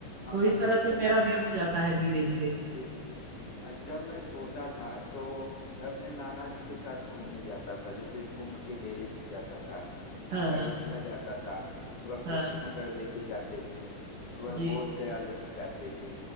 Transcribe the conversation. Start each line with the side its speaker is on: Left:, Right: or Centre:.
Left: हाँ
Right: तो इस
Left: असल
Right: तरह से
Left: में ना
Right: मेरा भी हो जाता है धीरे धीरे
Left: जी जी अ, जब मैं छोटा था तो मैं अपने नाना जी के साथ घूमने जाता था जैसे कुंभ के मेले में जाता था
Right: हाँ
Left: अ,
Right: हाँ
Left: अयोध्या जाता था वह
Right: हाँ
Left: कुशीनगर लेके जाते थे वह
Right: जी
Left: बोध गया लेके जाते थे